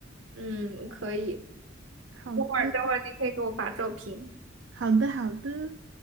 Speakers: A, on the right (about 85°); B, on the right (about 65°).
A: 嗯，可以。
B: 好的，
A: 等会儿等会儿你可以给我发照片。
B: 好的，好的。